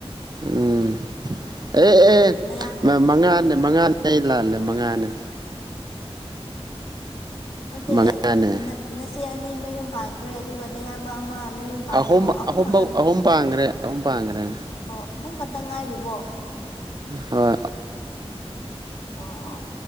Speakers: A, on the right; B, on the left.
A: ꯎꯝ ꯑꯦ ꯑꯦ
B: ꯅꯌꯥ
A: ꯃꯉꯥꯅꯦ ꯃꯉꯥꯅꯦ ꯑꯩ ꯂꯥꯜꯂꯦ ꯃꯉꯥꯅꯦ
B: ꯅꯠꯇꯦ
A: ꯃꯉꯥꯅꯦ
B: ꯅꯆꯦ ꯑꯅꯤ ꯃꯌꯨꯝ ꯄꯥꯟꯈ꯭ꯔꯦ ꯑꯗꯨꯒ ꯅꯌꯥꯝꯕ ꯑꯃ ꯃꯌꯨꯝ ꯄꯥꯜꯂꯦꯀꯣ
A: ꯑꯍꯨꯝ ꯑꯍꯨꯝ
B: ꯈꯛꯇꯪ
A: ꯑꯍꯨꯝ ꯄꯥꯡꯈ꯭ꯔꯦ ꯑꯍꯨꯝ ꯄꯥꯡꯈ꯭ꯔꯦ
B: ꯑꯣ ꯑꯍꯨꯝ ꯈꯛꯇ ꯉꯥꯏꯔꯤꯕꯣ
A: ꯍꯣꯏ
B: ꯑꯣ